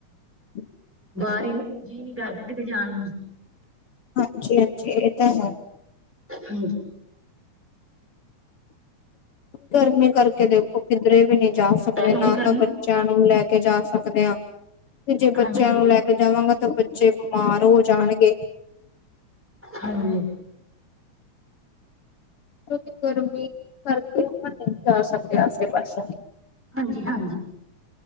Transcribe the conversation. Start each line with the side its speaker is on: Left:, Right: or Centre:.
Left: ਹਮ <unintelligible>
Centre: ਬਾਹਰ ਹੀ, ਜੀਅ ਨੀ ਕਰਦਾ ਕਿਤੇ ਜਾਣ ਨੂੰ
Left: ਹਾਂਜੀ- ਹਾਂਜੀ ਇਹ ਤਾਂ ਹੈ
Centre: ਹਮ
Left: ਗਰਮੀ ਕਰਕੇ ਦੇਖੋ ਕਿੱਧਰੇ ਵੀ ਨਹੀਂ ਜਾ
Centre: ਕਿਉਂਕਿ
Left: ਸਕਦੇ, ਨਾ
Centre: ਗਰਮੀ
Left: ਤਾਂ ਬੱਚਿਆਂ ਨੂੰ ਲੈ ਕੇ ਜਾ ਸਕਦੇ ਆ ਤੇ ਜੇ ਬੱਚਿਆਂ
Centre: ਹਾਂਜੀ
Left: ਨੂੰ ਲੈ ਕੇ ਜਾਵਾਂਗਾ, ਤਾਂ ਬੱਚੇ ਬਿਮਾਰ ਹੋ ਜਾਣਗੇ
Centre: ਹਾਂਜੀ
Left: ਕਿਉਕਿ ਗਰਮੀ ਕਰਕੇ ਆਪਾਂ ਨਹੀਂ ਜਾ ਸਕਦੇ ਆਸੇ ਪਾਸੇ ਨੂੰ
Centre: ਹਾਂਜੀ- ਹਾਂਜੀ